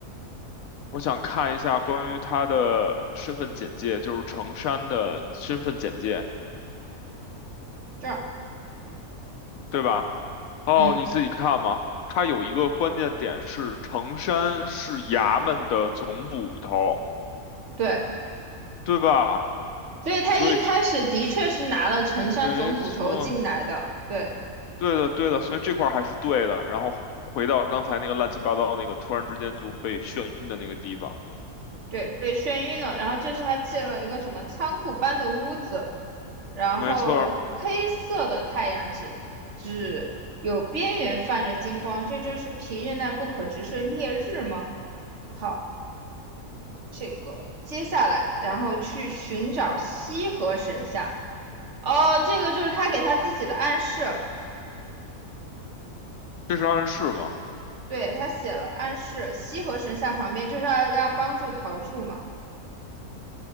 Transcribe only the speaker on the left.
我想看一下关于他的身份简介，就是程山的身份简介，
对吧？哦，
你自己看嘛。他有一个关键点是，程山是衙门的总捕头。
对吧？
所以没错，
对的，对的，所以这块儿还是对的。然后回到刚才那个乱七八糟那个突然之间就被眩晕的那个地方，
没错儿，
这是暗示吗？